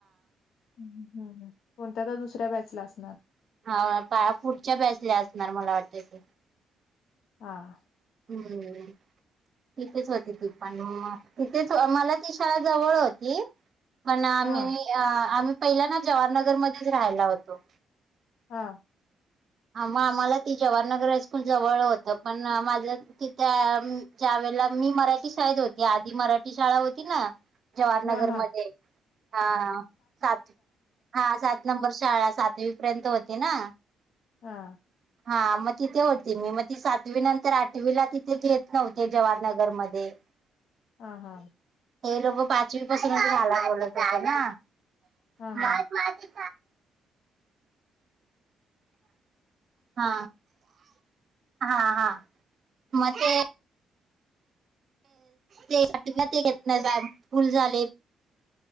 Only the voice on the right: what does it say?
हा पुढच्या बॅचला असणार मला वाटत ते.
हम्म, तिथेच होती ती पण मग. तेच मला ती शाळा जवळ होती पण आम्ही
अ आम्ही पहिल्या ना जवाहरनगरमध्येच राहायला होतो.
मग आम्हाला ती जवाहरनगर हायस्कूल जवळ होत पण माझ तिथ त्या वेळेला मी मराठी शाळेत होती आधी मराठी शाळा होती ना जवाहरनगरमध्ये
हा, हा सात हा सात नंबर शाळा सातवी पर्यंत होती ना.
हा मग तिथे होती मी मग ती सातवी नंतर आठवीला तिथे घेत नव्हते जवाहरनगर मध्ये. <unintelligible>
हे लोक पाचवी पासून घाला बोलत होते ना
मग.
हा, हा, हा, मते ते ते घेत नाही बॅच फुल झालेत